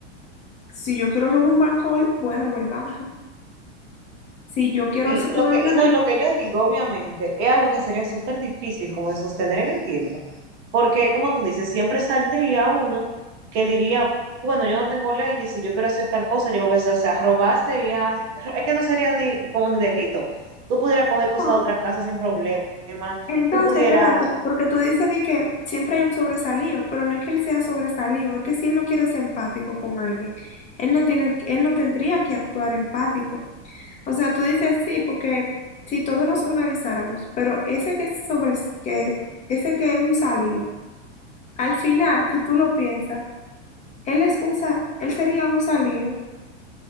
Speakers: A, on the left; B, on the right.
A: Si yo quiero robar un banco hoy, voy a robar el banco. Si yo quiero
B: Sí,
A: hacerte
B: lo
A: daño
B: que, y
A: a
B: no,
A: ti,
B: y lo que yo digo, obviamente, es algo que sería súper difícil como de sostener en el tiempo, porque como tú dices, siempre saldría uno que diría, bueno, yo no tengo leyes, si yo quiero hacer tal cosa, yo lo voy a hacer, o sea, robar sería, es que no sería ni como ni delito, tú pudieras coger cosas
A: no.
B: de otra casa sin problema,
A: Entonces,
B: tú pudieras
A: espérate, porque tú dices de que siempre hay un sobresalido, pero no es que él sea sobresalido, es que si él no quiere ser empático con alguien, él no tiene, él no tendría que actuar empático. O sea, tú dices sí, porque si todos nos organizáramos, pero ese que es sobre, que, ese que es un salido, al final, si tú lo piensas, él es un, sa- él sería un salido